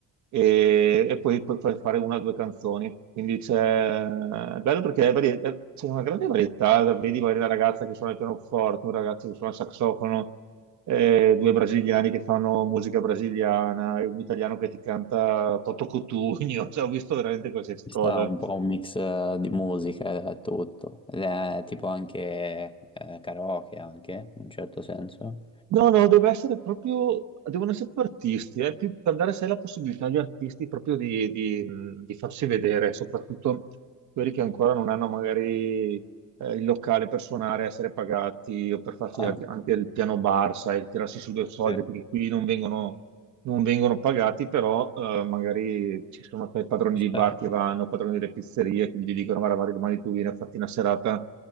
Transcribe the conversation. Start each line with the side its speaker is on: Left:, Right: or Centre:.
Right: e, e poi puoi far fare una o due canzoni. Quindi c'è, è bello perché è varie- è- c'è una grande varietà, vedi magari una ragazza che suona il pianoforte, un ragazzo che suona il saxofono, eh, due brasiliani che fanno musica brasiliana, e un italiano che ti canta Toto Cutugno, <laughs> cioè, ho visto veramente qualsiasi
Left: ci
Right: cosa.
Left: sta un po' un mix eh, di musica e tutto, ed è tipo anche eh, karaoke anche, in un certo senso.
Right: No, no, deve essere proprio, devono essere proprio artisti, eh, più per dare sai la possibilità agli artisti proprio di, di- di farsi vedere, soprattutto quelli che ancora non hanno magari eh, il locale per suonare, essere pagati o per farsi
Left: Ah,
Right: anche, anche il piano bar, sai, tirarsi su due soldi,
Left: sì,
Right: perché qui non vengono non vengono pagati, però eh, magari ci sono sai, padroni
Left: ci
Right: di
Left: sta.
Right: bar che vanno, padroni delle pizzerie, quindi gli dicono, guarda, Mario, domani tu vieni a farti una serata